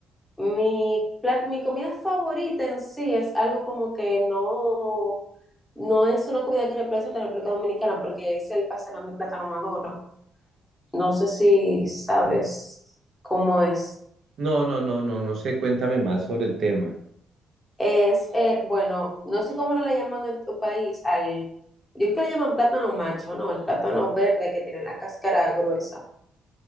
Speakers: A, in the centre; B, on the right.
A: mi, plat- mi comida favorita en sí es algo como que no, no es una comida que representa a la República Dominicana porque es el pastelón de plátano maduro. No sé si sabes cómo es.
B: No, no, no, no, no sé, cuéntame más sobre el tema.
A: Es, eh, bueno, no sé cómo le llaman en tu país al, yo creo que le llaman plátano macho, ¿no? El plátano verde que tiene la cáscara gruesa.